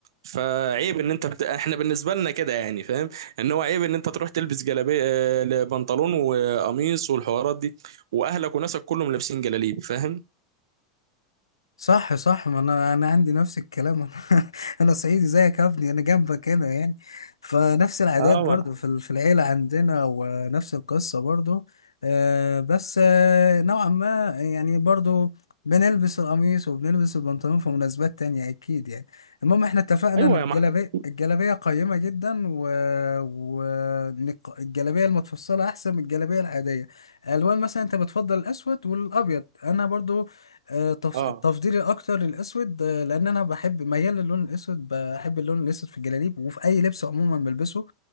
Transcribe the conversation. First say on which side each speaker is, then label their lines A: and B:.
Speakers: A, on the right (about 70°); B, on the left (about 85°).
A: فعيب ان انت بت... احنا بالنسبه لنا كده يعني فاهم ان هو عيب ان انت تروح تلبس جلابيه آه، بنطلون وقميص والحوارات دي واهلك وناسك كلهم لابسين جلاليب فاهم
B: صح صح ما انا انا عندي نفس الكلام <laughs> انا انا صعيدي زيك يا ابني انا جنبك هنا يعني فنفس العادات
A: اه
B: برضو
A: ما انا
B: في ال- في العيله عندنا ونفس القصه برضو آه، بس آه، نوعا ما يعني برضو بنلبس القميص وبنلبس البنطلون في مناسبات تانية أكيد يعني المهم احنا اتفقنا
A: ايوه
B: إن الجلابية
A: يا معلم
B: الجلابية قيمة جدا و... و... إن الق- الجلابية المتفصلة أحسن من الجلابية العادية ألوان مثلا أنت بتفضل الأسود والأبيض أنا برضو آه، تف-
A: اه
B: تفضيلي الاكتر للاسود آه، لان انا بحب ميال للون الاسود بحب اللون الاسود في الجلاليب وفي اي لبس عموما بلبسه